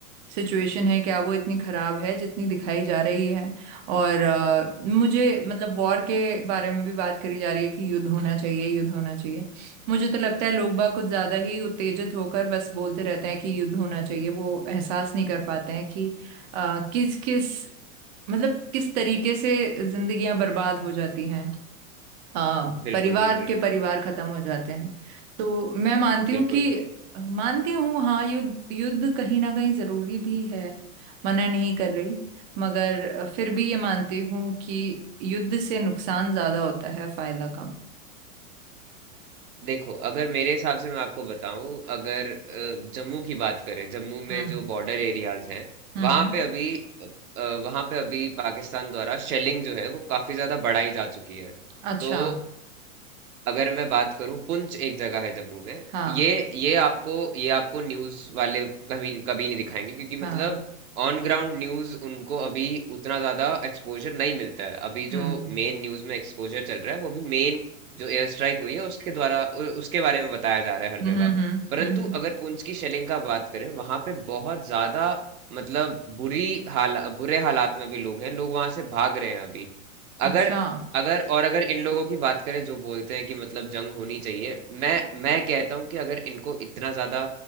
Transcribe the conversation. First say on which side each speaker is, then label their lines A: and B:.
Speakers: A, on the right (about 30°); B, on the right (about 80°).
A: सिचुएशन है क्या वो इतनी खराब है जितनी दिखाई जा रही है और अ, मुझे मतलब वॉर के बारे में भी बात करी जा रही है कि युद्ध होना चाहिए युद्ध होना चाहिए मुझे तो लगता है लोग बाग कुछ ज्यादा ही उत्तेजित होकर बस बोलते रहते हैं कि युद्ध होना चाहिए वो एहसास नहीं कर पाते हैं कि आ, किस किस मतलब किस तरीके से जिंदगियां बर्बाद हो जाती हैं आ,
B: बिल्कुल
A: परिवार
B: बिल्कुल
A: के परिवार खत्म हो जाते हैं तो मैं मानती हूँ
B: बिल्कुल
A: कि मानती हूँ हाँ युद्ध युद्ध कहीं ना कहीं जरूरी भी है मना नहीं कर रही मगर फिर भी ये मानती हूँ कि युद्ध से नुकसान ज्यादा होता है फायदा कम
B: देखो अगर मेरे हिसाब से मैं आपको बताऊं अगर अ, जम्मू की बात करें जम्मू
A: हम्म
B: में जो बॉर्डर एरियाज हैं
A: हम्म
B: वहां
A: हम्म।
B: पे अभी वहां पे अभी पाकिस्तान द्वारा शेलिंग जो है वो काफी ज्यादा बढ़ाई जा चुकी है
A: अच्छा
B: तो अगर मैं बात करूं पुंछ एक जगह है जम्मू में
A: हाँ
B: ये ये आपको ये आपको न्यूज वाले कभी कभी नहीं दिखाएंगे क्योंकि
A: हाँ
B: मतलब ऑन ग्राउंड न्यूज उनको अभी उतना ज्यादा एक्सपोजर नहीं मिलता है अभी
A: हम्म
B: जो मेन न्यूज में एक्सपोजर चल रहा है वो भी मेन जो एयर स्ट्राइक हुई है उसके द्वारा उ, उसके बारे में बताया जा रहा है हर
A: हम्म
B: जगह
A: हम्म हम्म
B: परंतु
A: हम्म, हम्म।
B: अगर पुंछ की शेलिंग का बात करें वहां पे बहुत ज्यादा मतलब बुरी हाल बुरे हालात में अभी लोग हैं लोग वहां से भाग रहे हैं अभी
A: अच्छा
B: अगर अगर और अगर इन लोगों की बात करें जो बोलते हैं कि मतलब जंग होनी चाहिए मैं मैं कहता हूं कि अगर इनको इतना ज्यादा